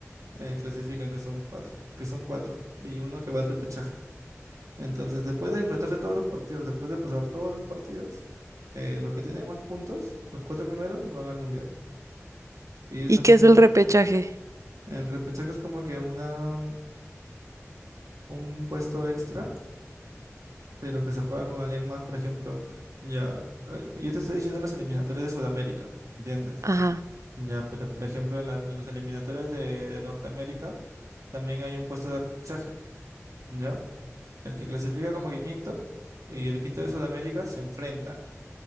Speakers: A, on the right; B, on the right.
A: eh, clasifican que son cuatro, que son cuatro. Y uno que va al repechaje. Entonces, después de enfrentarse todos los partidos, después de pasar todos los partidos, eh, los que tienen más puntos, los cuatro primeros, van al mundial. Y es
B: ¿Y
A: lo
B: qué
A: mismo
B: es el
A: con
B: repechaje?
A: el repechaje, es como que una, un puesto extra, pero que se juega con alguien más, por ejemplo, ya, eh, yo te estoy diciendo las eliminatorias de Sudamérica, ¿entiendes?
B: Ajá.
A: Ya, pero por ejemplo, en, la- en las eliminatorias de, de Norteamérica también hay un puesto de repechaje, ¿ya? El que clasifica como que quinto y el quinto de Sudamérica se enfrentan.